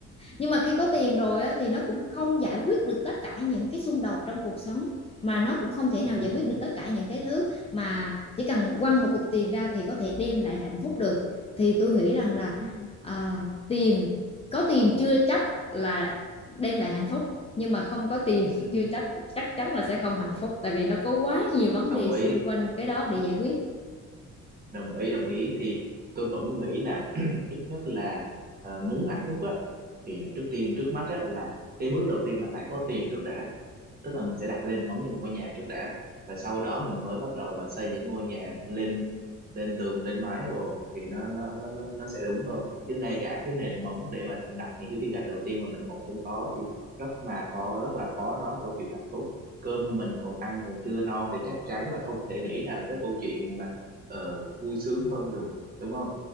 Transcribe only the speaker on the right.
ừ,
ừ,
ừ,
ừ.
đồng
ý
đồng ý đồng ý thì tôi vẫn nghĩ là <clears throat> ít nhất là ờ, muốn hạnh phúc á thì là trước tiên trước mắt á là cái bước đầu tiên là phải có tiền trước đã tức là mình sẽ đặt nền móng cho một ngôi nhà trước đã và sau đó mình mới bắt đầu và xây những ngôi nhà lên lên tường lên mái rồi thì nó nó nó nó nó sẽ đúng hơn chứ ngay cả cái nền móng để mà đặt những cái viên gạch đầu tiên mà mình còn không có thì rất mà khó rất là khó nói câu chuyện hạnh phúc cơm mình còn ăn còn chưa no thì chắc chắn là không thể nghĩ nào tới câu chuyện mà ờ, vui sướng hơn được đúng không